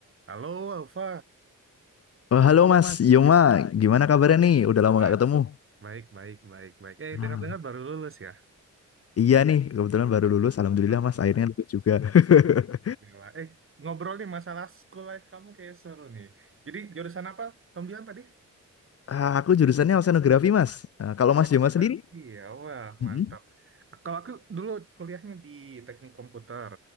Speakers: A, on the right; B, on the left.
A: Halo, Alfa.
B: Oh, halo Mas Yoma, gimana kabarnya nih? Udah lama
A: Baik,
B: nggak ketemu.
A: baik, baik, baik, baik. Eh,
B: Ah,
A: dengar-dengar baru lulus ya?
B: Iya nih, kebetulan baru lulus. Alhamdulillah
A: Ah,
B: Mas, akhirnya lulus juga. <laughs>
A: alhamdulillah. Eh, ngobrol nih masalah school life kamu kayak seru nih. Jadi, jurusan apa? Kamu bilang tadi?
B: Ah, Aku jurusannya oceanografi Mas. Ah, Kalau
A: Oh, sinografi
B: Mas Yoma sendiri?
A: ya, wah
B: Mm-mm.
A: mantap. Kalau aku dulu kuliahnya di teknik komputer,